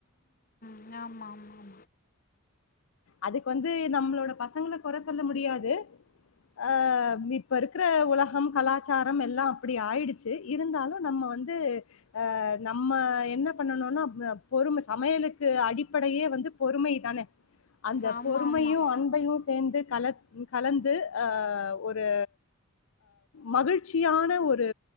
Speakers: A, on the left; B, on the left.
A: ஆமா ஆமா ஆமா
B: அதுக்கு வந்து நம்மளோட பசங்கள குறை சொல்ல முடியாது ஹா இப்ப இருக்கிற உலகம் கலாச்சாரம் எல்லாம் அப்படி ஆயிடுச்சு இருந்தாலும் நம்ம வந்து ஹா நம்ம என்ன பண்ணணும்னா பொறுமை சமையலுக்கு அடி படையே வந்து பொறுமை தானே அந்த
A: ஆமாம் ஆமாம்
B: பொறுமையும்
A: ஆமாம்
B: அன்பையும் சேர்ந்து கல கலந்து ஒரு மகிழ்ச்சியான ஒரு